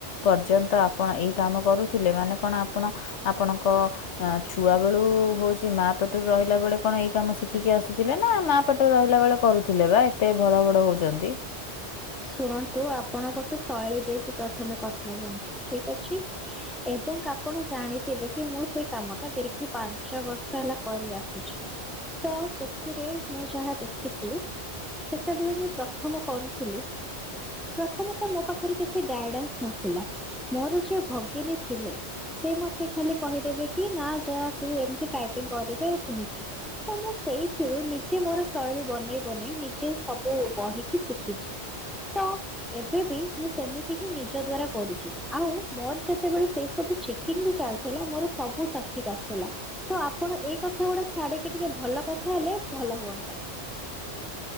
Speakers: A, on the left (about 85°); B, in the centre.
A: ପର୍ଯ୍ୟନ୍ତ ଆପଣ ଏଇ କାମ କରୁଥିଲେ ମାନେ କଣ ଆପଣ ଆପଣଙ୍କ ଛୁଆ ବେଳୁ ହଉଛି ମାଆ ପେଟରୁ ରହିଲା ବେଳେ କଣ ଏଇ କାମ ଶିଖିକି ଆସିଥିଲେ ନା ମା ପାଟ ରହିଲା ବେଳେ କରୁଥିଲେ ବା ଏତେ ଉଡ଼ ଉଡ଼ ହଉଚ଼ନ୍ତି।
B: ଶୁଣନ୍ତୁ ଆପଣ ଗୋଟେ ଶୈଳୀ ଦେଇକି ପ୍ରଥମେ କଥା ହୁଅନ୍ତୁ ଠିକ୍ ଅଛି। ଏବଂ ଆପଣ ଜାଣିଥିବେ କି ମୁଁ ସେଇ କାମ ଟା ଦୀର୍ଘ ପାଞ୍ଚ ବର୍ଷ ହେଲା କରି ଆସୁଚି। ତ ସେଥିରେ ମୁଁ ଯାହା ଦେଖିଚି ସେତେବେଳେ ମୁଁ ପ୍ରଥମ କରୁଥିଲି ପ୍ରଥମେ ତ ମୋ ପାଖରେ କିଛି ଗାଇଡାନ୍ସ ନଥିଲା ମୋର ଯିଏ ଭଗିନୀ ଥିଲେ ସେ ମତେ ଖାଲି କହିଦେବେ କି ନା ଯା ତୁ ଏମତି ଟାଇପିଂ କରିଦେ ଶୁଣିକି ତ ମୁଁ ସେଇଥିରୁ ନିଜେ ମୋର ଶୈଳୀ ବନେଇ ବନେଇ ନିଜେ ସବୁ ପଢିକି ଶିଖିଚି। ତ ଏବେବି ମୁଁ ସେମିତି ହିଁ ନିଜ ଦ୍ଵାରା କରୁଚି ଆଉ ମୋର ଯେତେବେଳେ ସେଇ ସବୁ ଶି କିମି ଚାଲିଥିଲା ମୋର ସବୁ ସଠିକା ଥିଲା। ତ ଆପଣ ଏଇ କଥା ଗୁଡା ଛାଡିକି ଟିକେ ଭଲ କଥା ହେଲେ ଭଲ ହୁଅନ୍ତା।